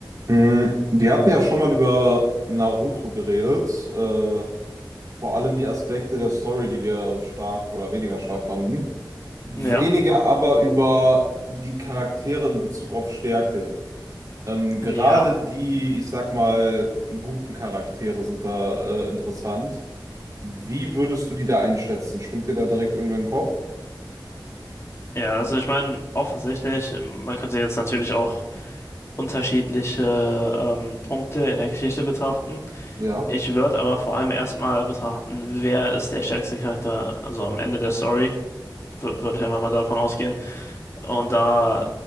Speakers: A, on the right; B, on the left.
A: Mm, Wir hatten ja schon mal über Naruto geredet, äh, vor allem die Aspekte der Story, die wir stark oder weniger stark fanden. Weniger
B: Ja,
A: aber über die Charaktere in Bezug auf Stärke. Ähm, gerade
B: ja,
A: die, ich sag mal, guten Charaktere sind da äh, interessant. Wie würdest du die da einschätzen? Springt dir da direkt irgendwer in den Kopf?
B: ja. Also ich meine, offensichtlich, ähm, man könnte jetzt natürlich auch unterschiedliche ähm, Punkte in der Geschichte betrachten.
A: Ja.
B: Ich würde aber vor allem erstmal betrachten, wer ist der stärkste Charakter, also am Ende der Story, würde ich einfach mal davon ausgehen. Und da